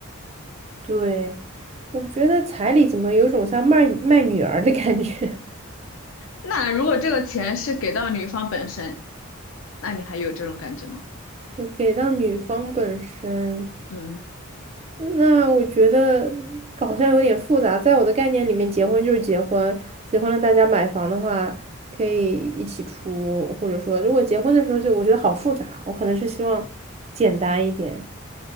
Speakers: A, on the right; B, on the left.
A: 对，我觉得彩礼怎么有种像卖卖女儿的感觉，
B: 那如果这个钱是给到女方本身，那你还有这种感觉吗？
A: <laughs> 就给到女方本身。
B: 嗯，
A: 那我觉得好像有点复杂，在我的概念里面，结婚就是结婚，结婚了大家买房的话可以一起出，或者说如果结婚的时候就我觉得好复杂，我可能是希望简单一点。